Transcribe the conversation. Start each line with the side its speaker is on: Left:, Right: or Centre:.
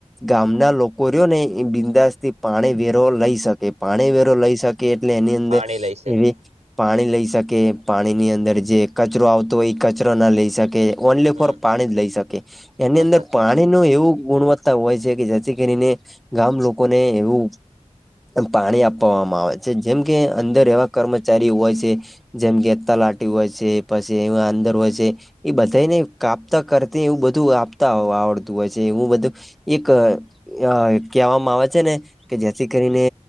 Centre: ગામના લોકો રહ્યો ને એ બિંદાસ થી પાણી વેરો લઈ શકે. પાણી વેરો લઈ શક કે એટલે એની અંદર
Right: પાણી લઈ શકે
Centre: એવી પાણી લઈ શકે, પાણી ની અંદર જે કચરો આવતો હોય ઈ કચરો ના લઈ શકે ઓનલી
Right: હમ
Centre: ફોર પાણી જ લઈ શકે. એની
Right: વાત
Centre: અંદર
Right: સાચી
Centre: પાણ ણી નું એવું ગુણવત્તા હોય છે, કે જેથી કરીને ગામ લોકોને એવું એમ પાણી આપવવામાં આવે છે. જેમ કે અંદર એવા કર્મચારી હોય છે જેમ કે તલાાટી હોય છે, પછી એવા અંદર હોય છે ઈ બધાઈને કાપતા કરતે એવું બધું આપતા આવડતું હોય છે એવું બધું. એક અહ-અહ કહેવામાં આવે છે ને કે જેથી કરીને